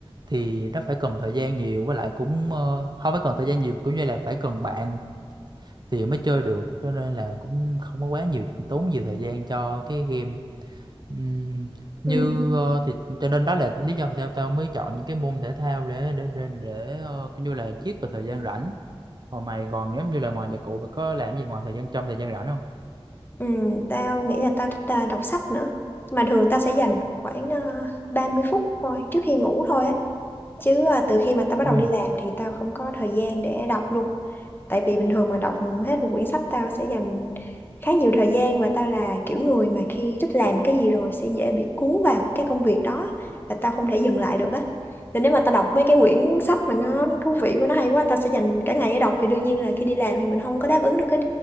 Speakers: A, on the right; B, on the left.
A: thì nó phải cần thời gian nhiều với lại cũng ờ, không phải cần thời gian nhiều cũng như là phải cần bạn thì mới chơi được cho nên là cũng không có quá nhiều tốn nhiều thời gian cho cái game Ừm, như
B: Ừ.
A: ờ, thì cho nên đó là lý do vì sao tao mới chọn những cái môn thể thao để để để, để ờ, kiểu như là chiết vào thời gian rảnh còn mày còn giống như là ngoài nhạc cụ mày có làm gì ngoài thời gian trong thời gian rảnh không
B: Ừ, tao nghĩ là tao thích à, đọc sách nữa. Mà thường tao sẽ dành khoảng à, 30 phút thôi trước khi ngủ thôi á. chứ à, từ khi mà tao bắt
A: Ừ.
B: đầu đi làm thì tao không có thời gian để đọc luôn tại vì bình thường mà đọc hết một quyển sách tao sẽ dành khá nhiều thời gian và tao là kiểu người mà khi thích làm cái gì rồi sẽ dễ bị cuốn vào cái công việc đó và tao không thể dừng lại được á nên nếu mà tao đọc mấy cái quyển sách mà nó thú vị quá nó hay quá tao sẽ dành cả ngày để đọc thì đương nhiên là khi đi làm thì mình không có đáp ứng được cái